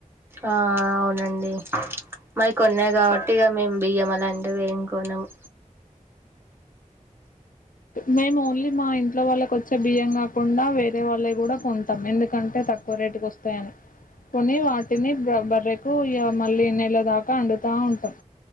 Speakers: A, on the right; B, on the left.
A: ఆ ఆ అవునండి మావి కొన్నే కాబట్టి ఇగ మేము బియ్యం అలాంటివి ఏం కోనము
B: మేము ఓన్లీ మా ఇం ఇంట్లో వాళ్ళకి వచ్చే బియ్యం కాకుండా వేరే వాళ్ళే కూడా కొంటాం ఎందుకంటే తక్కువ రేటుకి వస్తాయని కొని వాటిని బర్రకు ఇయె మళ్ళీ నెల దాకా వండుతూ ఉంటాం